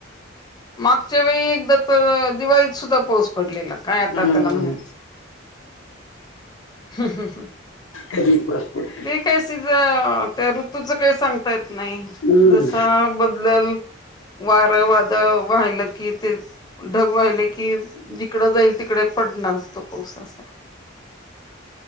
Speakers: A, on the left; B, on the left.
A: मागच्या वेळी एकदा तर, दिवाळीत सुद्धा पाऊस पडलेला. काय आतां
B: हम्म
A: त्याला म्हणायचं? हं हं हम्.
B: कधीही पाऊस? पडतो.
A: ते काय सिजं, त्या ऋतूचं काही सांगता येत नाही.
B: हम्म.
A: जसा बदलंल. वारं-वादळ वहिलं की, ते ढग वाहिले की, जिकडं जाईल तिकडे पडणारच. तो पाऊस. ते